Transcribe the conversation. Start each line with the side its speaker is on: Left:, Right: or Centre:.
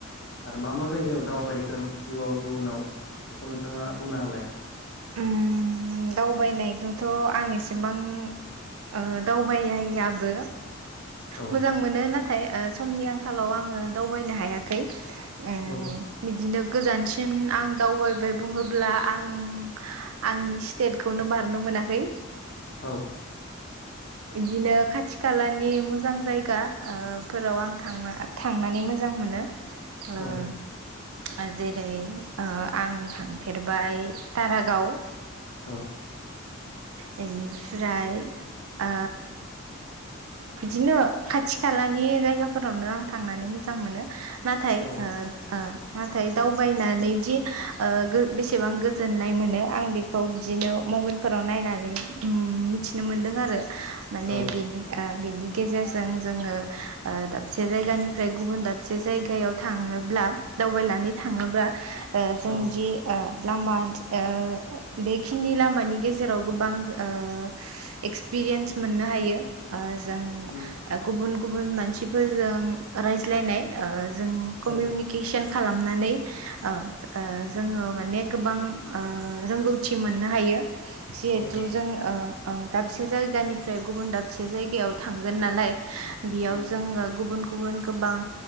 Left: आरो मा- मा जायगायाव दावबायगोन जिउवाव इयुनाव बेखौ नोंथाङा बुंना होलाय।
Right: उम दावबायनायखौथ' आं एसेबां ओ दावबायाबो।
Left: औ
Right: मोजां मोनो नाथाय समनि आंखालाव आङो दावबायनो हायाखै। ओ
Left: औ
Right: बिदिनो गोजानसिन आं दावबायबाय बुङोब्ला आं- आं स्टेटखौनो बारनो मोनाखै।
Left: औ
Right: बिदिनो खाथि- खालानि <unintelligible> <unintelligible> जायगाफोराव आं थांनो- थांनानै मोजां मोनो। ओ
Left: औ
Right: जेरै आं थांफेरबाय दारागाव,
Left: <unintelligible>
Right: बेनिफ्राय ओ बिदिनो खाथि-खालानि जायगाफोरावनो आं थांनानै मोजां मोनो। नाथाय
Left: औ
Right: ओ -ओ नाथाय दावबायनानै दि बेसेबां गोजोननाय मोनो आं बेखौ बिदिनो मबाइलफोराव नायनानै मिथिनो मोनदों आरो। माने
Left: औ
Right: बेनि आ बेनि गेजेरजों जोङो ओ दाबसे जायगानिफ्राय गुबुन दाबसे जायगायाव थाङोब्ला दावबायनानै थाङोब्ला जोंदि
Left: औ
Right: ओ लामा ओ बे खिनि लामानि गेजेराव गोबां ओ एक्स पिरियेन्स मोननो हायो, जों
Left: उम
Right: गुबुन- गुबुन मानसिफोरजों रायज्लायनाय जों कमिउनिकेसन
Left: औ
Right: खालामनानै ओ -ओ जोङो माने गोबां ओ रोंगौ <unintelligible> मोननो हायो। जिहेथु
Left: औ
Right: जों ओम दाबसे जायगानिफ्राय गुबुन दाबसे जायगायाव थांगोन नालाय। बेयाव
Left: उम
Right: जोङो गुबुन गुबुन गोबां